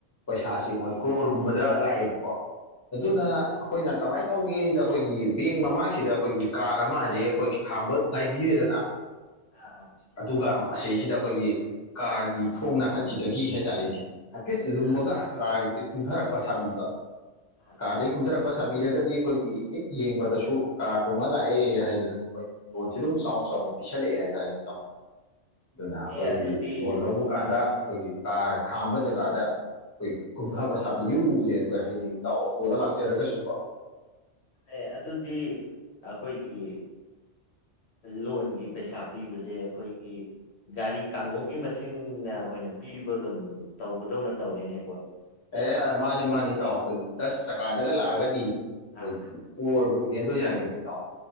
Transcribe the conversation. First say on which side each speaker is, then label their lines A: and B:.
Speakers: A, on the left; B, on the left.
A: ꯄꯩꯁꯥꯥꯁꯦ ꯃꯣꯏ ꯀ꯭ꯔꯣꯔꯒꯨꯝꯕꯗ ꯂꯥꯛꯑꯦꯕꯀꯣ ꯑꯗꯨꯅ
B: ꯑꯥ
A: ꯑꯩꯈꯣꯏꯅ
B: ꯑꯥ ꯑꯥ
A: ꯀꯃꯥꯏ ꯇꯧꯒꯦꯁꯤꯗ ꯑꯩꯈꯣꯏꯒꯤ ꯕꯦꯡ ꯃꯃꯥꯡꯁꯤꯗ ꯑꯩꯈꯣꯏꯒꯤ ꯀꯥꯔ ꯑꯃ ꯍꯧꯖꯤꯛ ꯑꯩꯈꯣꯏ ꯈꯥꯝꯕ ꯉꯥꯏꯕꯤꯔꯦꯗꯅ
B: ꯑꯥ
A: ꯑꯗꯨꯒ ꯃꯁꯤꯁꯤꯗ ꯑꯩꯈꯣꯏꯒꯤ ꯀꯥꯔꯒꯤ ꯊꯣꯡꯅ ꯑꯍꯟꯁꯤꯗꯒꯤ ꯍꯥꯏꯇꯥꯔꯦꯅꯦ ꯍꯥꯏꯐꯦꯠ ꯂꯨꯝꯃꯒ
B: ꯑꯥ
A: ꯀꯥꯔꯁꯦ ꯀꯨꯝꯊꯔꯛꯄ ꯁꯥꯕꯤꯕ
B: ꯑꯥ
A: ꯀꯥꯔꯗꯒꯤ
B: ꯑꯥ
A: ꯀꯨꯝꯊꯔꯛꯄ ꯁꯥꯕꯤꯔꯒꯗꯤ ꯑꯩꯈꯣꯏꯒꯤ ꯍꯦꯛ ꯌꯦꯡꯕꯗꯁꯨ ꯀꯥꯔ ꯇꯣꯡꯉ ꯂꯥꯛꯑꯦ ꯍꯥꯏꯗꯅ ꯃꯈꯣꯏ ꯂꯣꯟꯁꯦ ꯑꯗꯨꯝ ꯆꯥꯎꯅ -ꯆꯥꯎꯅ ꯄꯤꯁꯜꯂꯛꯑꯦ ꯍꯥꯏꯇꯥꯔꯦ ꯏꯇꯥꯎ ꯑꯗꯨꯅ ꯑꯩꯈꯣꯏꯒꯤ
B: ꯑꯦ ꯑꯗꯨꯗꯤ
A: ꯂꯣꯟ ꯂꯧꯕ ꯀꯥꯟꯗ
B: ꯑꯥ
A: ꯑꯩꯈꯣꯏꯒꯤ ꯀꯥꯔ ꯈꯥꯝꯕ ꯖꯒꯥꯗ ꯑꯩꯈꯣꯏ ꯀꯨꯝꯊꯕ ꯁꯥꯕꯤꯌꯨꯁꯦ ꯑꯩꯈꯣꯏ ꯍꯌꯦꯡ ꯏꯇꯥꯎ ꯑꯣꯇꯣꯗ ꯂꯥꯛꯆꯔꯒꯁꯨꯀꯣ
B: ꯑꯦ ꯑꯗꯨꯗꯤ ꯑꯩꯈꯣꯏꯒꯤ ꯂꯣꯟꯒꯤ ꯄꯩꯁꯥ ꯄꯤꯕꯁꯦ ꯑꯩꯈꯣꯏꯒꯤ ꯒꯥꯔꯤ ꯀꯥꯡꯒꯣꯡꯒꯤ ꯃꯁꯤꯡꯅ ꯑꯣꯏꯅ ꯄꯤꯕꯒ ꯇꯧꯕꯗꯧꯅ ꯇꯧꯔꯦꯅꯦ
A: ꯑꯦ ꯃꯥꯅꯤ -ꯃꯥꯅꯤ ꯏꯇꯥꯎ ꯑꯩꯈꯣꯏ ꯗꯁ ꯆꯀꯥꯗꯒ ꯂꯥꯛꯑꯒꯗꯤ
B: ꯑꯥ
A: ꯑꯩꯈꯣꯏ ꯀꯣꯔꯕꯨ ꯌꯦꯟꯗꯨ ꯌꯥꯅꯤꯗ ꯏꯇꯥꯎ